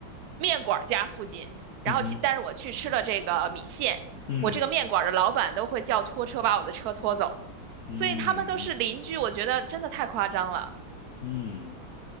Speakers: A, on the right; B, on the left.
A: 面馆儿家附近，然后其但是我去吃了这个米线，
B: 嗯哼，嗯
A: 我这个面馆儿的老板都会叫拖车把我的车拖走，
B: 嗯
A: 所以他们都是邻居，我觉得真的太夸张了，
B: 嗯。